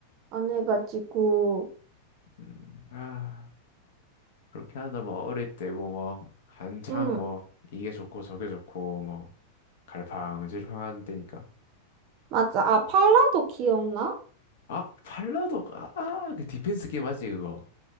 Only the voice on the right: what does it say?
안 해가지고,
음,
맞아. 아, 팔라도 기억나?